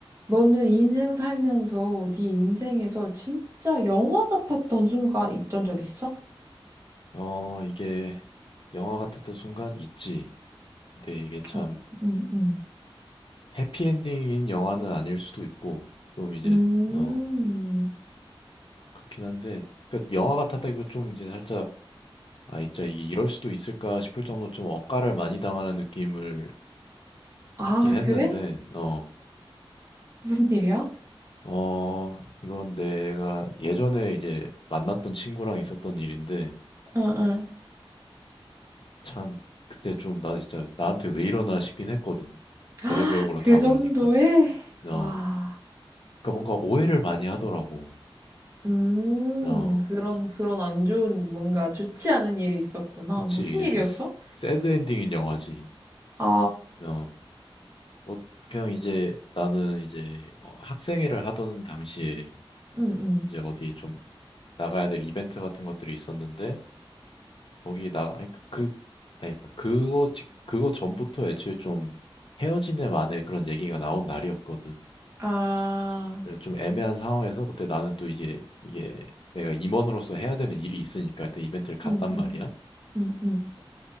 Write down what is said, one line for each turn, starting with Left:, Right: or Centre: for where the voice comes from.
Right: 너는 인생 살면서 네 인생에서 진짜 영화 같았던 순간 있던 적 있어?
Left: 어, 이게 영화 같았던 순간 있지. 근데 이게 참
Right: 어, 음, 음.
Left: 해피엔딩인 영화는 아닐 수도 있고, 좀 이제,
Right: 음.
Left: 어, 그렇긴 한데, 그러니까 영화 같았다기보다 좀 이제 살짝, 아, 진짜 이게 이럴 수도 있을까 싶을 정도로 좀 억까를 많이 당하는 느낌을
Right: 아,
Left: 받긴 했는데,
Right: 그래?
Left: 어,
Right: 무슨 일이야?
Left: 어, 이건 내가 예전에 이제 만났던 친구랑 있었던 일인데,
Right: 응, 응.
Left: 참, 그때 좀 나 진짜 나한테 왜 이러나 싶긴 했거든. 별의별
Right: 아,
Left: 걸로
Right: 그
Left: 다
Right: 정도에?
Left: 그러니까. 어.
Right: 와.
Left: 그러니까 뭔가 오해를 많이 하더라고.
Right: 음,
Left: 어,
Right: 그런, 그런 안 좋은, 뭔가 좋지 않은 일이 있었구나.
Left: 그치.
Right: 무슨
Left: 이제
Right: 일이었어?
Left: 좀 스- 새드 엔딩인 영화지.
Right: 아,
Left: 어, 어, 그냥 이제 나는 이제 어, 학생회를 하던 당시에
Right: 응, 응.
Left: 이제 어디 좀 나가야 될 이벤트 같은 것들이 있었는데 거기 나 아니 그 그- 아니다 그거 직 그거 전부터 애초에 좀 헤어진 애 만에 그런 얘기가 나온 날이었거든.
Right: 아,
Left: 그래서 좀 애매한 상황에서 근데 나는 또 이제 이게 내가 임원으로서 해야 되는 일이 있으니까 일단 이벤트를 갔단
Right: 응,
Left: 말이야.
Right: 응, 응, 응.